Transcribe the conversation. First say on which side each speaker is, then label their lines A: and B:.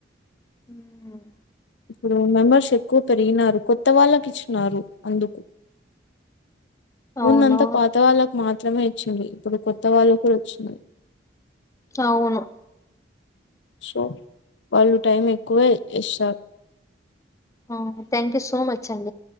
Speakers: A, on the left; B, on the left.
A: హ్మ్
B: ఇప్పుడు మెంబర్స్ ఎక్కువ పెరిగినారు కొత్త వాళ్ళకి ఇచ్చినారు అందుకు ముందంతా
A: అవునవును
B: పాత వాళ్ళకి మా మాత్రమే ఇచ్చింది ఇప్పుడు కొత్త వాళ్ళకు వచ్చినాయి
A: అవును
B: సో వాళ్ళు టైం ఎక్కువే ఇస్తార్
A: ఆ thank you so much um